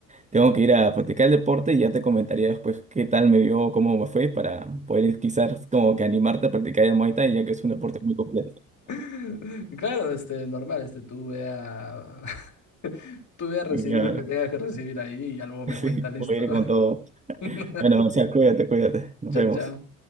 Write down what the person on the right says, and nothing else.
tengo que ir a practicar el deporte y ya te comentaría después qué tal me vio, cómo me fue para poder quizás como que animarte a practicar el Muay Thai ya que es un deporte muy completo.
Claro,
<laughs>
sí,
voy a ir con todo.
Bueno, Marcial, cuídate, cuídate. Nos
vemos.